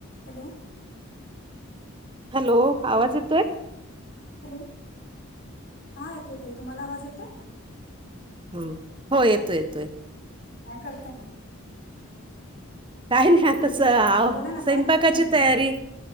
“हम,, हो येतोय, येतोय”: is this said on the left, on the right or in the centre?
Right